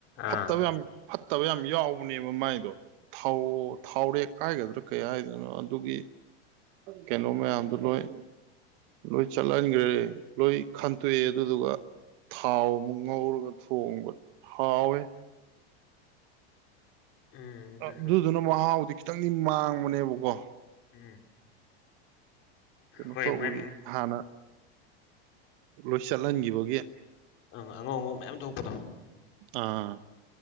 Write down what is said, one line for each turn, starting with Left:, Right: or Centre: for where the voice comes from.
Right: ꯐꯠꯇꯕ
Left: ꯑꯥ
Right: ꯌꯥꯝ ꯐꯠꯇꯕ ꯌꯥꯝ ꯌꯥꯎꯕꯅꯦꯕ ꯃꯥꯏꯗꯣ ꯊꯥꯎ ꯊꯥꯎꯔꯦꯛ ꯍꯥꯏꯒꯗ꯭ꯔꯥ ꯀꯩ ꯍꯥꯏꯗꯣꯏꯅꯣ ꯑꯗꯨꯒꯤ ꯀꯩꯅꯣ ꯃꯌꯥꯝꯗꯨ ꯂꯣꯏ ꯂꯣꯏ ꯆꯠꯍꯟꯈ꯭ꯔꯦ ꯂꯣꯏ ꯈꯟꯇꯣꯛꯑꯦ ꯑꯗꯨꯗꯨꯒ ꯊꯥꯎ ꯑꯃꯨꯛ ꯉꯧꯔꯒ ꯊꯣꯡꯕ ꯍꯥꯎꯋꯦ
Left: ꯎꯝ ꯑꯗꯨꯁꯨ
Right: ꯑꯗꯨꯗꯨꯅ ꯃꯍꯥꯎꯗꯤ ꯈꯤꯇꯪꯗꯤ ꯃꯥꯡꯕꯅꯦꯕꯀꯣ
Left: ꯎꯝ
Right: ꯀꯩꯅꯣ
Left: ꯍꯣꯏ
Right: ꯇꯧꯕꯒꯤ
Left: ꯃꯥꯏ
Right: ꯍꯥꯟꯅ ꯂꯣꯏ ꯆꯠꯍꯟꯈꯤꯕꯒꯤ
Left: ꯑꯪ ꯑꯉꯥꯎ ꯑꯉꯥꯎ ꯃꯌꯥꯝ ꯊꯣꯛꯄꯗꯣ
Right: ꯑꯥ